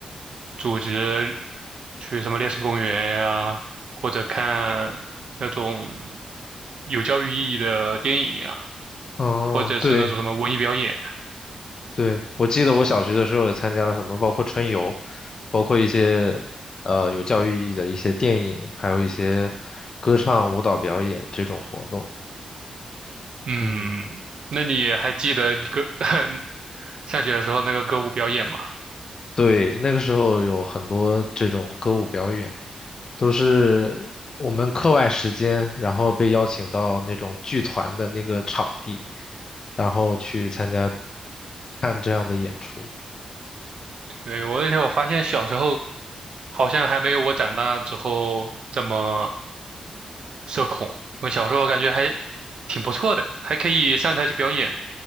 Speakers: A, on the right; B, on the left.
A: 组织去什么烈士公园呀、或者看那种有教育意义的电影呀、
B: 哦，
A: 或者是那种什么文艺表演。
B: 对对，我记得我小学的时候也参加了很多，包括春游，包括一些呃有教育意义的一些电影，还有一些歌唱、舞蹈表演这种活动。
A: 嗯，
B: 嗯，
A: 那你还记得你歌 <laughs> 上学的时候那个歌舞表演吗？
B: 对，那个时候有很多这种歌舞表演，都是我们课外时间，然后被邀请到那种剧团的那个场地，然后去参加看这样的演出。
A: 对，我而且我发现小时候好像还没有我长大之后这么社恐。我小时候感觉还挺不错的，还可以上台去表演。